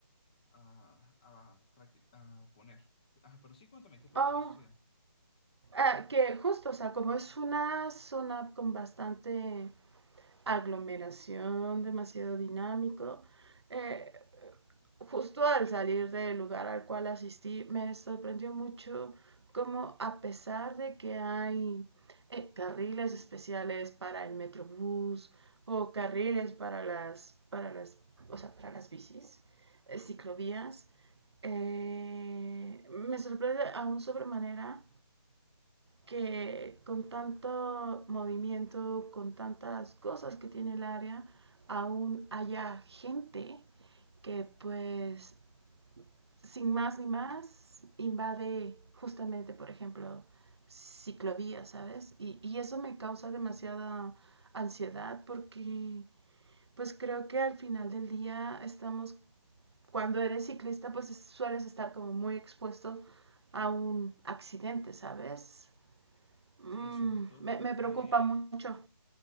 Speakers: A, on the left; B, on the right.
A: a, a, a practi- a poner. Ah, pero sí, cuéntame, ¿qué fue
B: Oh,
A: lo que te sucedió?
B: ah, que justo, o sea, como es una zona con bastante aglomeración, demasiado dinámico, eh, justo al salir del lugar al cual asistí, me sorprendió mucho cómo a pesar de que hay eh, carriles especiales para el metrobús o carriles para las, para las, o sea, para las bicis, eh, ciclovías, eh, me sorprende aún sobremanera que con tanto movimiento, con tantas cosas que tiene el área, aún haya gente que pues sin más ni más invade justamente, por ejemplo, ciclovías, ¿sabes? Y, y eso me causa demasiada ansiedad porque pues creo que al final del día estamos, cuando eres ciclista pues sueles estar como muy expuesto a un accidente, ¿sabes? Mm,
A: Sí, sobre todo
B: me,
A: porque,
B: me preocupa mucho.